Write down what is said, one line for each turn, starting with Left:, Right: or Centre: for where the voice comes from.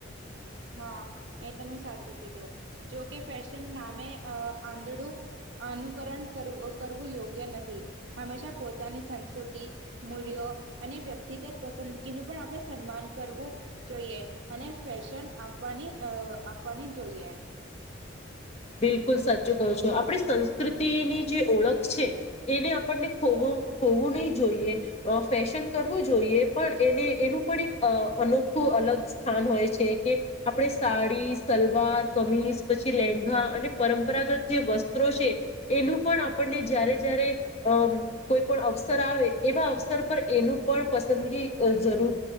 Right: હા, એ તમે સાચું કીધું જોકે ફેશન નામે આંધળું અનુકરણ કરવું કરવું યોગ્ય નથી હંમેશા પોતાની સંસ્કૃતિ મૂલ્યો અને વ્યક્તિગત પસંદગીનું પણ આપણે સન્માન કરવું જોઈએ અને ફેશન આપવાની અ આપવાની જોઈએ
Left: બિલકુલ સાચું કહ છો, આપણી સંસ્કૃતિની જે ઓળખ છે એને આપણને ખો એવું ની જોઈએ, અ ફેશન કરવું જોઈએ પણ એને એનું પણ એક અનોખું અલગ સ્થાન હોય છે, કે આપણે સાડી, સલવાર, કમીજ, પછી લેંગો અને પરંપરાગત જે વસ્ત્રો છે એનું પણ આપણને જ્યારે જયારે અમ કોઈ પણ અવસર આવે એવા અવસર પર એનું પણ પસંદગી જરૂર